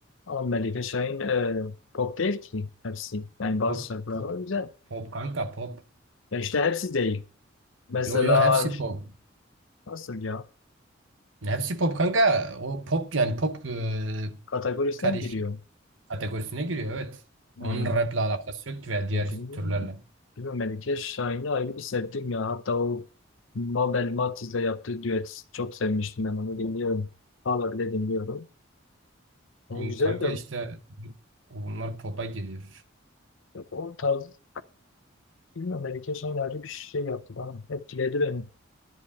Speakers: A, on the left (about 75°); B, on the right (about 70°).
A: Ama Melike Şahin e, pop değil ki hepsi. Yani bazı
B: Pop,
A: şarkılar
B: pop,
A: var güzel.
B: pop kanka pop.
A: Ya işte hepsi değil. Mesela
B: Yo yo hepsi pop.
A: nasıl ya?
B: Hepsi pop kanka. O pop yani pop e,
A: Kategorisine
B: karışık
A: mi giriyor?
B: kategorisine giriyor evet. Onun
A: Ha,
B: rap'le alakası yok ki veya diğer
A: ne bilmiyorum.
B: türlerle.
A: Bilmiyorum Melike Şahin'i ayrı bir sevdim ya. Hatta o Mabel Matiz'le yaptığı düet çok sevmiştim ben onu dinliyorum. Hala bile dinliyorum. Onu
B: Hmm,
A: güzeldi.
B: Kanka işte bunlar pop'a giriyor.
A: Yok, o tarz bilmiyorum belki son ayrı bir şey yaptı bana. Etkiledi beni.